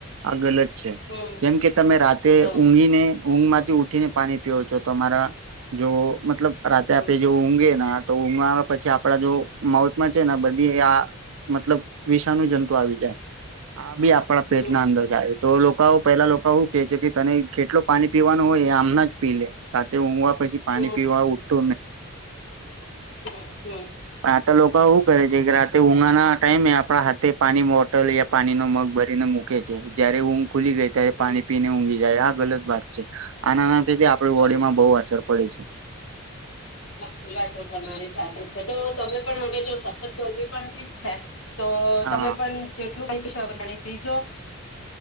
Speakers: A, on the right; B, on the left.
A: આ ગલત <unintelligible>
B: હમ
A: કેમ કે તમે રાતે
B: હા હમ
A: ઊંઘીને ઊંઘ માંથી ઉઠીને પાણી પીવો છો તમારા જોવો મતલબ રાતેે
B: હમ
A: આપડે જો ઊંઘે ને તો <unintelligible> પછી આપડા જો માઉથમાં છે ને બધી આ મતલબ <unintelligible> જંતુ આવી જાય આ બી આપણા પેટ
B: હમ
A: ના અંદર તો <unintelligible> પેલા લોકો <unintelligible> કે છે કે તને કેટલો પાણી પીવાનું હોય એ <unintelligible> જ પી લે સાથે હ પછી પાણી
B: હમ
A: પીવાઠ
B: હમ હમ
A: આ <unintelligible> <inaudible> લોકો આવું કરે છે કે રાતે ઉનાના ટાઈમે આપણા હાથે પાની બોટલ યા પાણી ન મગ ભરીને મૂકે. ખુલી ગઈ ત્યારે
B: હમ
A: પાણી પીને ઊંઘી જાય આ ગલત વાત છે આના ના આપણી
B: હા
A: બોડી માં બહુ અસર પડે છે.
B: હા એ વાતો તમારી <unintelligible> છે, તો તમે પણ હવે જો સખત ગરમી પડતી જ છે. તો
A: હા
B: તમે પણ જે <inaudible>